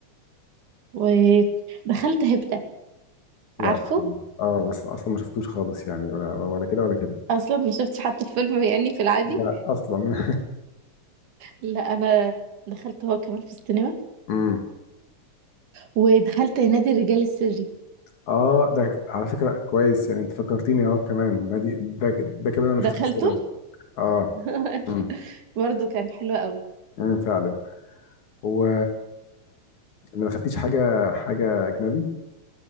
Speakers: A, on the right (about 85°); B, on the left (about 75°).
A: ودخلت هبته
B: لا
A: عارفه
B: اه بس اصلا ما شفتوش خالص يعني ولا ولا كده ولا كده
A: اصلا ما شفتش حتى الفيلم يعني في العادي
B: لا اصلا
A: لا انا دخلت هو كمان في السينما
B: <laughs> امم
A: ودخلت نادي الرجال السري
B: اه ده على فكره كويس يعني انت فكرتيني اهو كمان نادي ده ده كمان انا شفته
A: دخلته
B: في السينما اه
A: <laughs>
B: امم
A: برضه كان حلو قوي
B: امم فعلا و ما دخلتيش حاجه حاجه اجنبي